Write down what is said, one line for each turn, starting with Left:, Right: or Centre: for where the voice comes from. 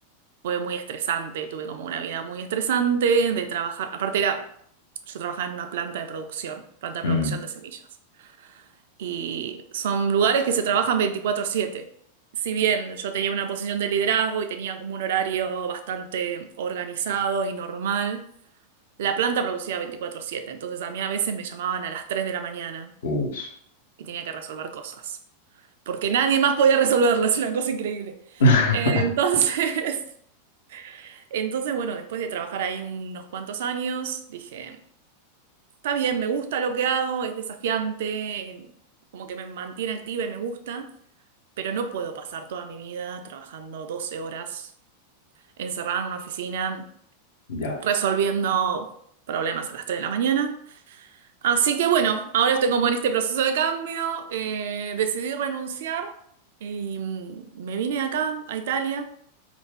Right: fue muy estresante, tuve como una vida muy estresante de trabajar, aparte era, yo trabajaba en una planta de producción, planta de
Left: Mm.
Right: producción de semillas, y son lugares que se trabajan 24/7. Si bien yo tenía una posición de liderazgo y tenía como un horario bastante organizado y normal, la planta producía 24/7, entonces a mí a veces me llamaban a las 3 de la mañana
Left: Uf,
Right: y tenía que resolver cosas, porque nadie más podía resolverlas, <laughs> es una cosa increíble.
Left: <laughs>
Right: Entonces... <laughs> Entonces, bueno, después de trabajar ahí unos cuantos años, dije, está bien, me gusta lo que hago, es desafiante, como que me mantiene activa y me gusta, pero no puedo pasar toda mi vida trabajando 12 horas encerrada en una oficina,
Left: ya,
Right: resolviendo problemas a las 3 de la mañana. Así que bueno, ahora estoy como en este proceso de cambio, eh, decidí renunciar y mm, me vine acá, a Italia.